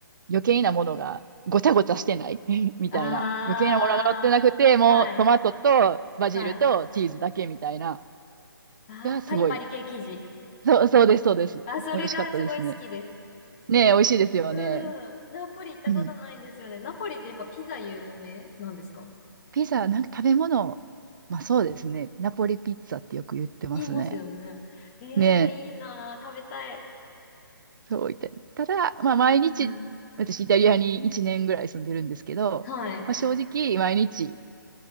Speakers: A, on the right; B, on the left.
A: 余計なものがごちゃごちゃしてない <laughs> みたいな。
B: あ
A: 余計なものが乗ってなくて、もうトマトとバジルとチーズだけみたいな。
B: あ、はい。はい。ああ、
A: がすごい。
B: パリパリ系生地。
A: そう、そうです、そうです。
B: あ、それがすごい好きです。
A: 美味しかったですね。ねえ、美味しいですよね。
B: うん。ナポリ行ったことないんですよね。
A: うん。
B: ナポリってやっぱピザ有名なんですか
A: ピザ、なんか食べ物、まあそうですね。ナポリピッツァってよく言ってますね。
B: 言いますよね。ええいいなー、
A: ねえ、
B: 食べたい。
A: そう言って。ただ、まあ毎日、
B: うん、
A: 私イタリアに1年ぐらい住んでるんですけど、
B: はい。
A: まあ、正直毎日